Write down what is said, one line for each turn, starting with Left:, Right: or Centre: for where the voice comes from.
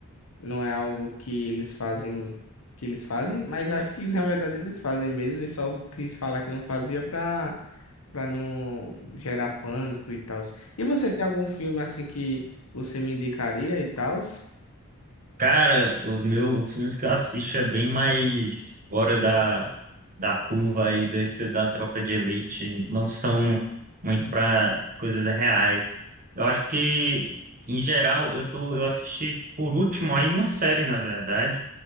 Left: Não é algo que eles fazem, que eles fazem, mas acho que <laughs> na verdade eles fazem mesmo e só quis falar que não fazia pra, pra não gerar pânico e tal. E você tem algum filme assim que você me indicaria e tal?
Right: Cara, os meus os filmes que eu assisto é bem mais fora da, da curva aí desse da tropa de elite. Não são muito para coisas reais. Eu acho que, em geral, eu tô, eu assisti por último aí uma série, na verdade.